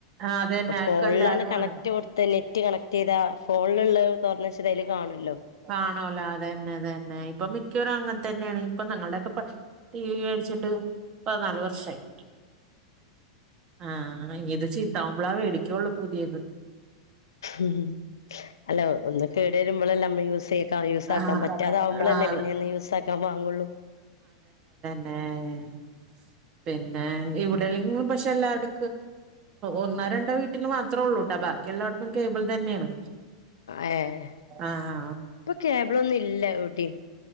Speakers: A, on the right; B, on the left.
A: ആ അതന്നെ
B: ഇപ്പൊ
A: അതൊക്കെ
B: ഫോണിലാണ്
A: എല്ലാരും
B: കണക്ട്
A: വേണം
B: കൊടു ത്തെ നെറ്റ് കണക്ട് ചെയ്താ ഫോണിലുള്ള തൊറന്നു വെച്ച അതിൽ കാണുല്ലോ
A: കാണുലോ അതന്നെ അതന്നെ ഇപ്പൊ മിക്കവും അങ്ങനെ തന്നെയാണ് ഇപ്പൊ നങ്ങളുടെ ക്കെ പ ടി വി വേടിച്ചിട്ട് പതിനാല് വർഷായി ആഹ് ഇഞ്ഞിത്ചീത്താവുമ്പളാ വേടിക്കൊള്ളൂ പുതിയത്
B: ഉം അല്ലാ ഒന്ന് കേട് വരുമ്പോളല്ലേ നമ്മൾ യൂസെകാ യൂസാക്കാ
A: ആ
B: പറ്റാത ആവുമ്പോളല്ലേ
A: ആ
B: പിന്നെ ഒന്ന് യൂസാ ക്കാൻ വാങ്ങുള്ളൂ
A: ഏഹ് പിന്നെ ഇവിടെല്ലങ്കിലും പക്ഷെ എല്ലാ ട് ഒന്നോ രണ്ടോ വീട്ടില് മാത്രം ഒള്ളൂട്ടാ ബാക്കി എല്ലാവട്ത്തും കേബിൾ തന്നെയാണ്
B: ഏഹ്
A: ആഹാ
B: ഇപ്പൊ കേബ്ളൊന്നും ഇല്ല എവിടിം